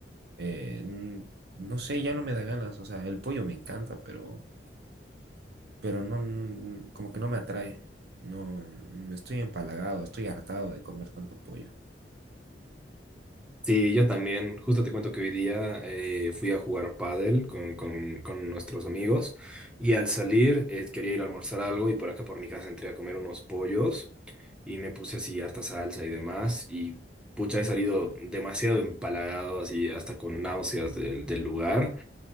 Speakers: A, on the right; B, in the centre.
A: eh, n- no sé, ya no me da ganas. O sea, el pollo me encanta, pero, pero no, n- como que no me atrae. No, me estoy empalagado, estoy hartado de comer tanto pollo.
B: Sí, yo también. Justo te cuento que hoy día eh, fui a jugar pádel con, con, con nuestros amigos y al salir eh, quería ir a almorzar algo y por acá por mi casa entré a comer unos pollos y me puse así harta salsa y demás y pucha, he salido demasiado empalagado, así hasta con náuseas del del lugar.